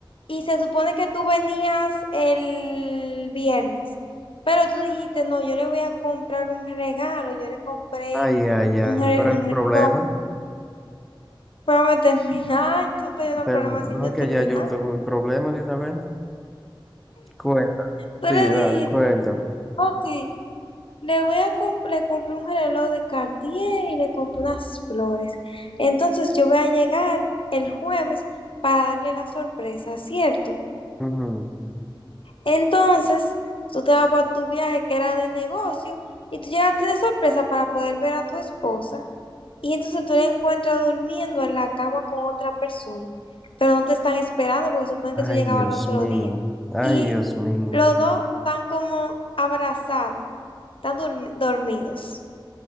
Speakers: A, on the left (about 80°); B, in the centre.
A: y se supone que tú venías el viernes, pero tú dijiste, no, yo le voy a comprar un regalo, yo le compré
B: Ay, ay,
A: un,
B: ay,
A: re-
B: pero
A: un
B: hay problema.
A: regalo. Vamos a terminar. tú estás yendo
B: Pero
A: problemas
B: No,
A: sin yo
B: que
A: terminar.
B: ya yo tengo el problema de una vez. Cuenta.
A: Tú
B: Sí,
A: le
B: dale,
A: dijiste,
B: cuéntame.
A: ok, le voy a comp- le compré un reloj de Cartier y le compré unas flores. Entonces yo voy a llegar el jueves para darle la sorpresa, ¿cierto?
B: Ujú.
A: Entonces tú te vas para tu viaje que era de negocio y tú llegaste de sorpresa para poder ver a tu esposa. Y entonces tú la encuentras durmiendo en la cama con otra persona, pero no te están esperando porque suponen
B: Ay,
A: que tú llegabas
B: Dios
A: al otro
B: mío.
A: día.
B: Ay,
A: Y
B: Dios mío.
A: los dos están como abrazados, están durmi- dormidos.